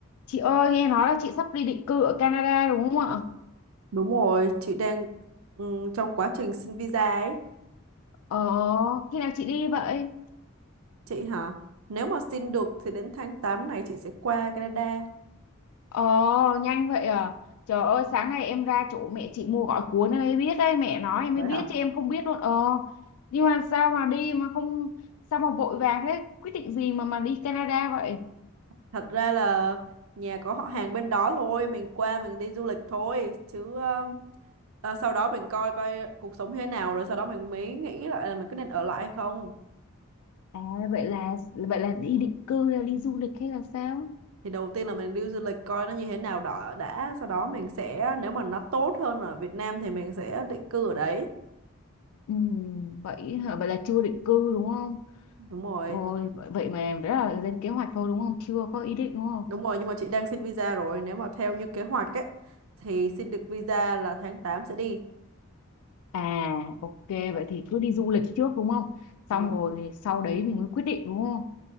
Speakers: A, on the left; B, on the right.
A: Chị ơi, nghe nói là chị sắp đi định cư ở Canada đúng không ạ?
B: Đúng rồi, chị đang ừm, trong quá trình xin visa ấy.
A: Ờ, khi nào chị đi vậy?
B: Chị hả? Nếu mà xin được thì đến tháng 8 này chị sẽ qua Canada.
A: Ờ, nhanh vậy à? Trời ơi, sáng nay em ra chỗ mẹ chị mua gói cuốn em mới biết đấy, mẹ nói em
B: Vậy
A: mới biết
B: hả?
A: chứ em không biết luôn. Ờ, nhưng mà sao mà đi mà không, sao mà vội vàng thế? Quyết định gì mà mà đi Canada vậy?
B: Thật ra là nhà có họ hàng bên đó thôi, mình qua mình đi du lịch thôi. Chứ ờ, ờ, sau đó mình coi coi cuộc sống như thế nào rồi sau đó mình mới nghĩ lại là mình có nên ở lại hay không.
A: À, vậy là vậy là đi định cư hay là đi du lịch hay là sao?
B: Thì đầu tiên là mình đi du lịch coi nó như thế nào đó đã. Sau đó mình sẽ, nếu mà nó tốt hơn ở Việt Nam thì mình sẽ định cư ở đấy.
A: Ừ, vậy hả? Vậy là chưa định cư đúng không?
B: Đúng rồi.
A: Ôi, vậy vậy mà đó là lên kế hoạch thôi đúng không? Chưa có ý định đúng không?
B: Đúng rồi, nhưng mà chị đang xin visa rồi. Nếu mà theo như kế hoạch ấy, thì xin được visa là tháng 8 sẽ đi.
A: À, ok, vậy thì cứ đi du lịch trước đúng không?
B: Đúng
A: Xong
B: rồi.
A: rồi thì sau đấy mình mới quyết định đúng không?